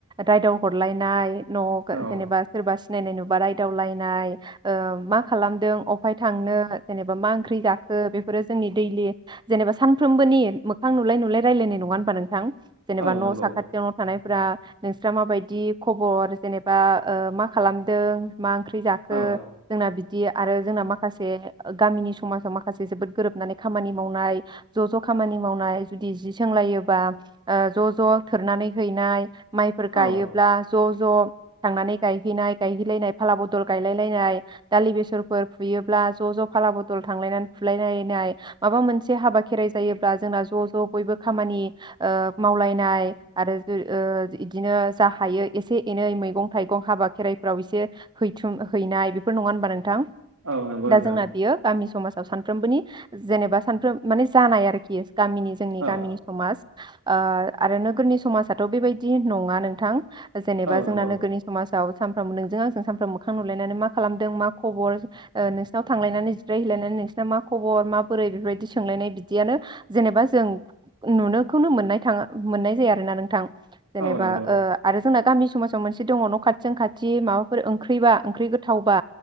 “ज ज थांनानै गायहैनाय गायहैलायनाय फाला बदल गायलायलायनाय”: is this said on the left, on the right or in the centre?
Right